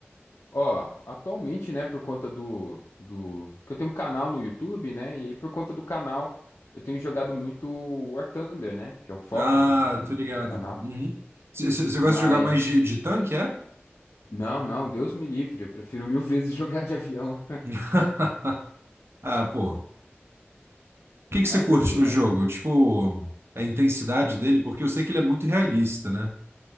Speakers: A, on the left (about 80°); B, on the right (about 70°).
A: Ó, atualmente, né, por conta do, do... que eu tenho um canal no YouTube, né, e aí por conta do canal eu tenho jogado muito War Thunder, né, que é o foco
B: Ah,
A: do, do
B: tô ligado.
A: meu canal.
B: Uhum. Você
A: Mas,
B: gosta de jogar mais de, de tanque, é?
A: não, não, Deus me livre, eu prefiro mil <laughs> vezes jogar de avião.
B: <laughs> Ah, pô. O
A: Mas
B: que que você curte
A: assim,
B: no jogo?
A: é,
B: Tipo, a intensidade dele, porque eu sei que ele é muito realista, né?